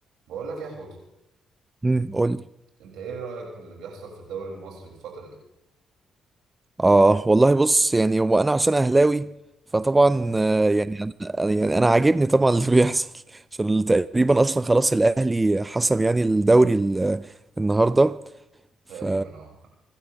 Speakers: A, on the right (about 80°); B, on the right (about 15°).
A: بقول لك إيه يا حوت
B: امم قول لي.
A: انت ايه رأيك في اللي بيحصل في الدوري المصري الفترة دي
B: اه والله بص يعني هو انا عشان اهلاوي فطبعا
A: اوبا
B: آه، يعني انا أنا- يعني انا عاجبني طبعا اللي <laughs> بيحصل عشان تقريبا اصلا خلاص الاهلي حسم يعني الدوري ال- النهارده
A: تقريبا
B: ف
A: اه